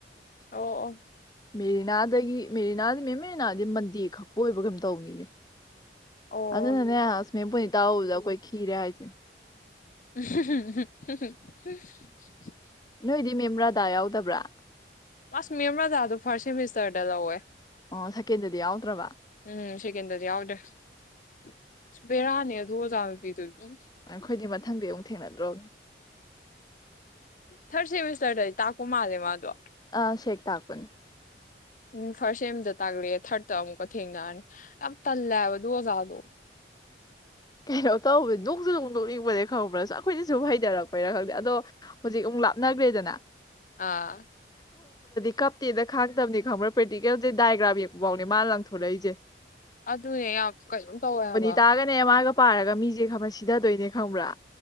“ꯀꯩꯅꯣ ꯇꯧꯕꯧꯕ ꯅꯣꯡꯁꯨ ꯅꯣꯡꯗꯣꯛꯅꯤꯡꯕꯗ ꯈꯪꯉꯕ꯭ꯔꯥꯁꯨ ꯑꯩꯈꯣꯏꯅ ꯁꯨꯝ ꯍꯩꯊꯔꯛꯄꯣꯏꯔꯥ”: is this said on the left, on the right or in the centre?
Left